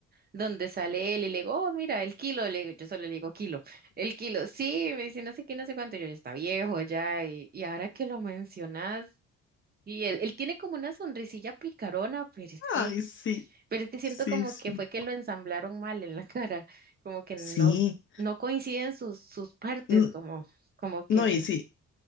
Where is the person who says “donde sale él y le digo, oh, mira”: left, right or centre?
Right